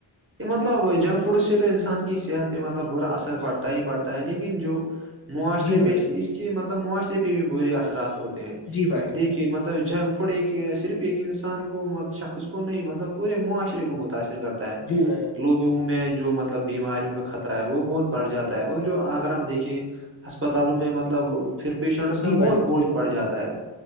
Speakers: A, on the right; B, on the left.
A: یہ مطلب جنک فوڈ سے تو انسان کی صحت پہ مطلب برا اثر پڑتا ہی پڑتا ہے لیکن جو معاشرے
B: جی
A: پہ
B: بھائی
A: اس کے مطلب معاشرے پہ بھی برے اثرات ہوتے ہیں
B: جی بھائی
A: کہ مطلب جنک فوڈ ایک صرف ایک انسان کو شخص کو نہیں مطلب پورے معاشرے کو متاثر کرتا ت
B: جی بھائی
A: لوگیوں میں جو مطلب بیماریوں کا خطرہ ہے وہ بہت بڑھ جاتا ہے اور جو اگر ہم دیکھیں ہسپتالوں میں مطلب پھر پیشنٹس کا
B: جی بھائی
A: بہت بوجھ پڑ جاتا ہے